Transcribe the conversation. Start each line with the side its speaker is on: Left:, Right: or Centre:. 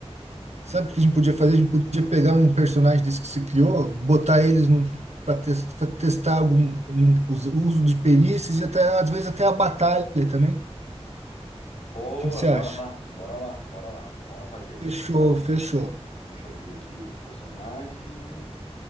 Right: Sabe o que a gente podia fazer? A gente podia pegar um personagem desse que se criou, botar eles num, para testar algum, um, os- o uso de perícias e até, às vezes até a batalha também. O
Left: Boa,
Right: que que você
Left: bora
Right: acha?
Left: lá, bora lá, bora lá. Vamos lá fazer. Deixa,
Right: Fechou,
Left: eu só-
Right: fechou.
Left: deixa eu abrir aqui o personagem.